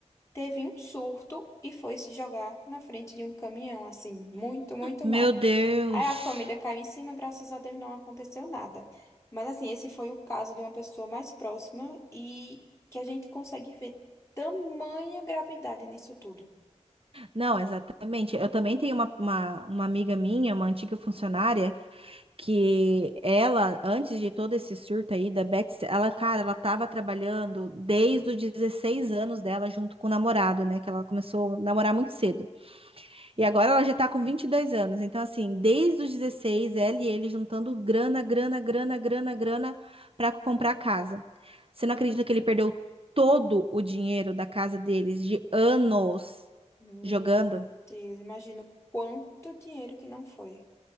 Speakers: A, on the left; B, on the right.
A: teve um surto e foi se jogar na frente de um caminhão, assim, muito, muito
B: Meu
A: mal.
B: Deus.
A: Aí a família caiu em cima, graças a Deus não aconteceu nada. Mas assim, esse foi o caso de uma pessoa mais próxima e que a gente consegue ver tamanha gravidade nisso tudo.
B: Não, exatamente. Eu também tenho uma, uma, uma amiga minha, uma antiga funcionária. que ela, antes de todo esse surto aí da Betsy, ela, cara, ela tava trabalhando desde os 16 anos dela junto com o namorado, né? Que ela começou a namorar muito cedo. E agora ela já tá com 22 anos. Então, assim, desde os 16 ela e ele juntando grana, grana, grana, grana, grana pra comprar casa. Você não acredita que ele perdeu todo o dinheiro da casa deles de anos
A: Meu
B: jogando?
A: Deus, imagino quanto dinheiro que não foi.